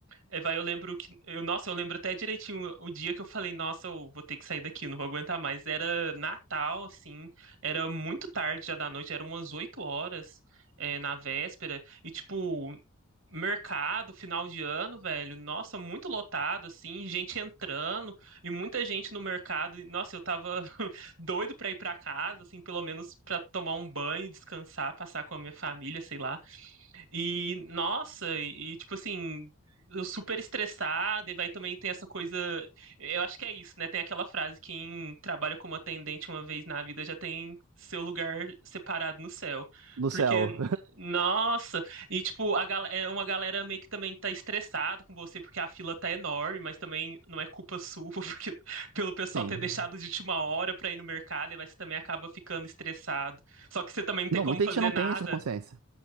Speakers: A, on the right; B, on the right.
A: É, vai, eu lembro que. Eu, nossa, eu lembro até direitinho o dia que eu falei, nossa, eu vou ter que sair daqui, eu não vou aguentar mais. Era Natal, assim, era muito tarde já da noite, era umas 8 horas, é, na véspera, e tipo, mercado, final de ano, velho, nossa, muito lotado, assim, gente entrando, e muita gente no mercado. e, Nossa, eu tava <laughs> doido pra ir pra casa, assim, pelo menos pra tomar um banho, descansar, passar com a minha família, sei lá. E, nossa, e, e, tipo assim, eu super estressada, e vai também tem essa coisa. Eu acho que é isso, né? Tem aquela frase: quem trabalha como atendente uma vez na vida já tem seu lugar separado no céu.
B: no
A: Porque,
B: céu.
A: nossa, e tipo, a, gal- é uma galera meio que também tá estressada com você porque a fila tá enorme, mas também não é culpa sua, <laughs> porque pelo pessoal
B: <laughs> Sim.
A: ter deixado de última hora pra ir no mercado, e aí você também acaba ficando estressado. Só que você também não
B: Não,
A: tem como
B: muita
A: fazer
B: gente não
A: nada.
B: tem essa consciência.